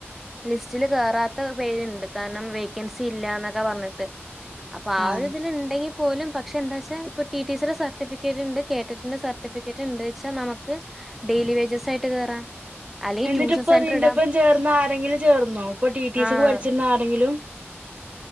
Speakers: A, in the centre; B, on the right (about 35°).
A: ലിസ്റ്റില് കേറാത്ത പേരുണ്ട് കാരണം വേക്കൻസി ഇല്ലാന്നൊക്കെ പറഞ്ഞിട്ട് അപ്പൊ ആ
B: ആഹ്
A: ഒരു ഇതില് ഇണ്ടെങ്കി പോലും പക്ഷെ എന്താച്ചാ ഇപ്പൊ ടി ടി സി ടെ സർ സർട്ടിഫിക്കറ്റ്ണ്ട് കേറ്ററ്റ് ൻ്റെ സർട്ടിഫിക്കറ്റ്ണ്ട്ച്ചാ നമുക്ക് ഡെയിലി വേജസ് ആയിട്ട് കേറാം അല്ലെങ്കിൽ
B: എന്നിട്ടിപ്പ
A: ട്യൂഷൻ സെന്റർ
B: നിന്റെപ്പം
A: ഇടാം
B: ചേർന്ന ആരെങ്കിലും ചേർന്നോ ഇപ്പൊ ടി ടി
A: ആഹ്
B: സിക്ക് പഠിച്ചിരുന്ന ആരെങ്കിലും?